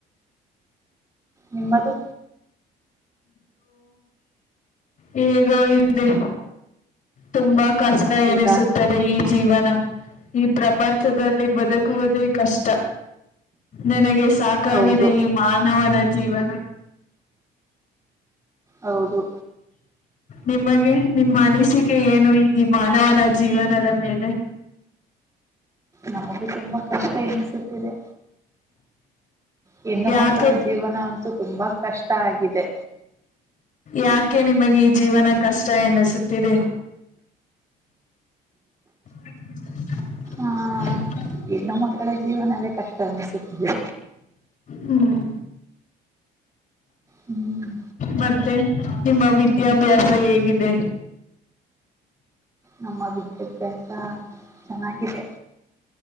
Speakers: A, on the right; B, on the left.
A: ನಿಮ್ಮದು
B: ಹೇಗೋ ಇ್ದೆ ತುಂಬಾ ಕಷ್ಟ
A: ಹೌದಾ
B: ಎನಿಸುತ್ತದೆ ಈ ಜೀವನ ಈ ಪ್ರಪಂಚದಲ್ಲಿ ಬದುಕುವುದೇ ಕಷ್ಟ ನನಗೆ ಸಾಕಾಗಿದೆ
A: ಹೌದು
B: ಈ ಮಾನವನ ಜೀವನ
A: ಹೌದು
B: ನಿಮಗೆ ನಿಮ್ಮ ಅನಿಸಿಕೆ ಏನು ಈ ಮಾನವನ ಜೀವನದ ಮೇಲೆ
A: ನಮಗೂ ತುಂಬಾ ಕಷ್ಟ ಎನಿಸುತ್ತಿದೆ ಹೆಣ್ಣು
B: ಯಾಕೆ
A: ಮಕ್ಕಳ ಜೀವನ ಅಂತೂ ತುಂಬಾ ಕಷ್ಟ ಆಗಿದೆ
B: ಯಾಕೆ ನಿಮಗೆ ಈ ಜೀವನ ಕಷ್ಟ ಎನಿಸುತ್ತಿದೆ ಹ
A: ಆ ಹೆಣ್ಣು ಮಕ್ಕಳ ಜೀವನವೇ ಕಷ್ಟ ಅನಿಸುತ್ತಿದೆ
B: ಹ್ಮ್
A: ಹ್ಮ್
B: ಮತ್ತೆ ನಿಮ್ಮ ವಿದ್ಯಾಭ್ಯಾಸ ಹೇಗಿದೆ
A: ನಮ್ಮ ವಿದ್ಯಾಭ್ಯಾಸ ಚೆನ್ನಾಗಿದೆ